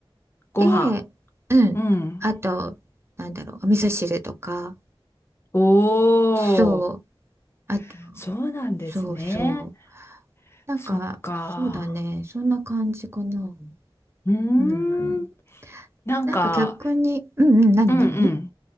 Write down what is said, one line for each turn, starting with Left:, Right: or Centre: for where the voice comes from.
Left: ご飯。
Right: で、うん、
Left: うん。
Right: あとなんだろうお味噌汁とか
Left: おー。
Right: そうあと
Left: そうなんですね。
Right: そうそうなんか、
Left: そっか。
Right: そうだね。そんな感じかな。
Left: うーん。
Right: うん。
Left: なんか、
Right: なんか逆に、うんうん、なになに
Left: うんうん。